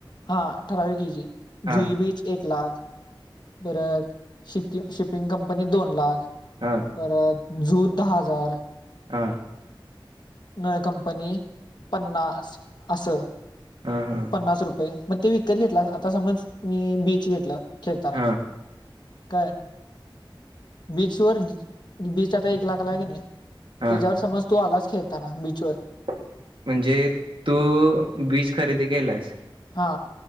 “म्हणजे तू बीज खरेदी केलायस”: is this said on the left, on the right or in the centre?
Right